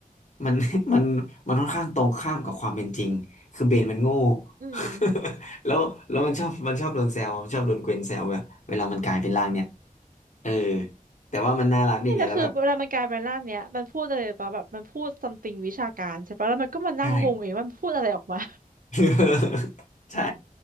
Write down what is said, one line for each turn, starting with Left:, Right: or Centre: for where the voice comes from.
Left: มัน <laughs> มันมันค่อนข้างตรงข้ามกับความเป็นจริงคือเบนมันโง่
Right: อืม
Left: <laughs> แล้วแล้วมันชอบมันชอบโดนแซวมันชอบโดนเกวนแซวแบบเวลามันกลายเป็นร่างเนี่ยเออแต่ว่ามันน่ารักดีไงแล้วแบบ
Right: นี่แหละคือเวลามันกลายเป็นร่างเนี้ยมันพูดอะไรปะแบบมันพูด something วิชาการใช่ปะแล้วมันก็มานั่งงงเองว่ามันพูดอะไรออกมา
Left: ใช่ <laughs> ใช่